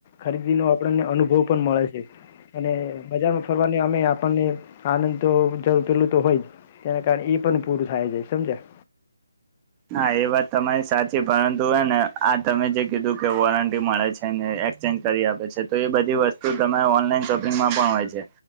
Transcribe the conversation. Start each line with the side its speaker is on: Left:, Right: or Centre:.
Left: ખરીદી નુ આપણને અનુભવ પણ મળે છે. અને, બજારમાં ફરવાને આમે આપણને આનંદ તો જરૂર પેલું તો હોય જ તેના કારણે એ પણ પૂરું થાય જાય સમજ્યા.
Right: હા એ વાત તમારી સાચી પરંતુ એને આ તમે જે કીધું કે વોરંટી મળે છે ને એ. એક્સચેન્જ કરી આપે છે તો એ બધી વસ્તુ તમારે ઓનલાઈન શોપિંગમાં પણ હોય છે.